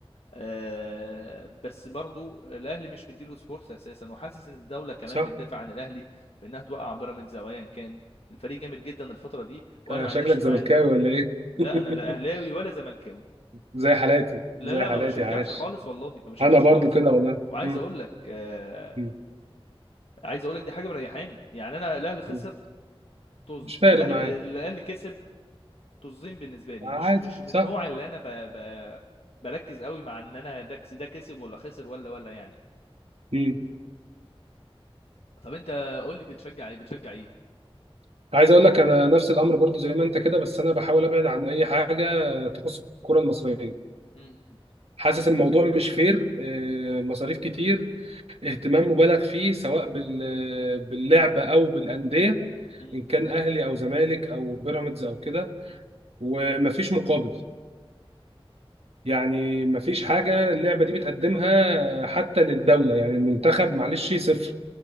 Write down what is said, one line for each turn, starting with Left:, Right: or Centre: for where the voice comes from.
Left: آه، بس برضو الاهلي مش مديله فرصه اساسا وحاسس ان الدوله كمان
Right: صح
Left: بتدافع عن الاهلي في انها توقع بيراميدز او ايا كان الفريق جامد جدا الفتره دي وانا
Right: آه،
Left: ما
Right: شكلك
Left: عنديش
Right: زملكاوي
Left: مع
Right: ولا ايه
Left: لا
Right: <laughs>
Left: انا لا اهلاوي ولا زملكاوي
Right: زي حالاتي
Left: لا
Right: زي
Left: لا
Right: حالاتي
Left: ما بشجعش
Right: عايش
Left: خالص والله ما بشجعش
Right: انا برضو
Left: خالص
Right: كده والله
Left: وعايز
Right: مم.
Left: اقول لك آه،
Right: مم.
Left: عايز اقول لك دي حاجه مريحاني يعني انا الاهلي خسر
Right: مم.
Left: طز
Right: مش فارق
Left: الاهلي
Right: معايا
Left: الاهلي كسب طزين بالنسبه لي
Right: عادي
Left: مش مش من
Right: صح
Left: النوع اللي انا ب... ب... بركز قوي مع ان انا ده كس- ده كسب ولا خسر ولا ولا يعني
Right: مم.
Left: طب انت قول لي بتشجع ايه بتشجع ايه
Right: عايز اقول لك انا نفس الامر برضو زي ما انت كده بس انا بحاول ابعد عن اي حاجه تخص الكره المصريه
Left: م- م-
Right: حاسس الموضوع مش فير آه، المصاريف كتير اهتمام مبالغ فيه سواء بال- باللعبه او بالانديه
Left: م- م.
Right: ان كان اهلي او زمالك او بيراميدز او كده ومفيش مقابل يعني مفيش حاجة اللعبة دي بتقدمها حتى للدولة يعني المنتخب معلش صفر